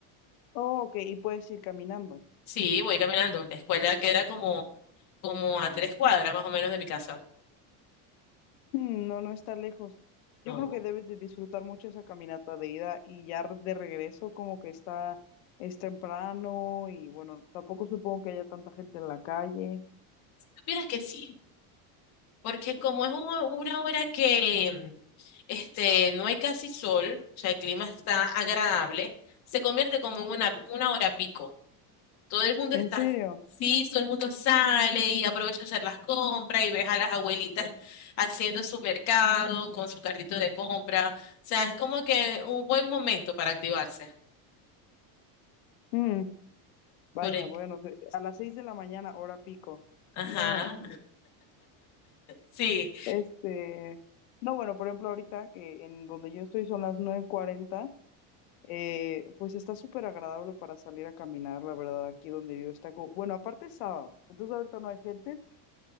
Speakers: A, on the left; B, on the left.
A: Oh, ok, y puedes ir caminando.
B: Sí, voy caminando, la escuela queda como, como a tres cuadras más o menos de mi casa.
A: Hmm, no, no está lejos. Yo
B: No,
A: creo que debes de disfrutar mucho esa caminata de ida y ya r- de regreso como que está, es temprano y bueno, tampoco supongo que haya tanta gente en la calle.
B: supieras que sí. Porque como es un- una hora que mm, este, no hay casi sol, o sea, el clima está agradable, se convierte como en una, una hora pico. Todo el mundo
A: ¿En
B: está,
A: serio?
B: sí, todo el mundo sale y aprovecha a hacer las compras y ves a las abuelitas haciendo su mercado con su carrito de compra. O sea, es como que un buen momento para activarse.
A: Hmm, vaya,
B: Por el-
A: bueno, se- a las seis de la mañana, hora pico.
B: ajá,
A: No,
B: sí,
A: este, no, bueno, por ejemplo, ahorita que en donde yo estoy son las nueve cuarenta Eh, pues está súper agradable para salir a caminar, la verdad, aquí donde yo está como, bueno, aparte es sábado, entonces ahorita no hay gente,